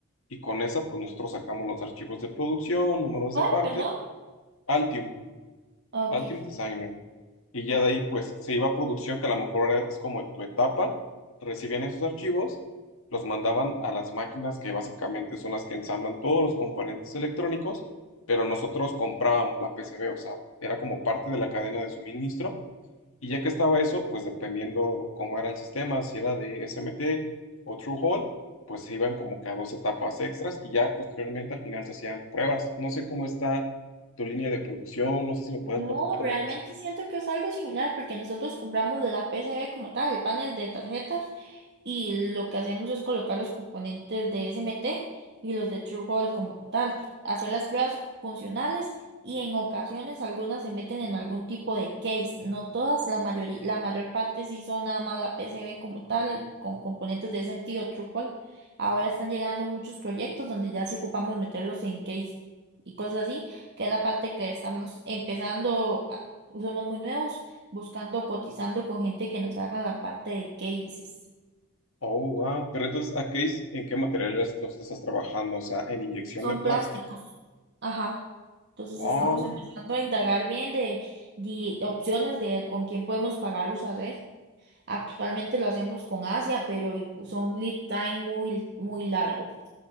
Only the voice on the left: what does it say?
Y con esa, pues nosotros sacamos los archivos de producción, números de
parte,
Altium,
Altium Designer y ya de ahí pues se iba a producción que a lo mejor era- es como tu etapa, recibían esos archivos, los mandaban a las máquinas que básicamente son las que ensamblan todos los componentes electrónicos, pero nosotros comprábamos la PCB, o sea, era como parte de la cadena de suministro y ya que estaba eso, pues dependiendo cómo era el sistema, si era de SMT o True Hall, pues se iban como que a dos etapas extras y ya posteriormente al final se hacían pruebas. No sé cómo está tu línea de producción, no sé si me puedes
platicar
más.
Oh, wow. Pero entonces, ¿a qué es- en qué materiales los estás trabajando? O sea, ¿en inyección
de plástico?
Oh,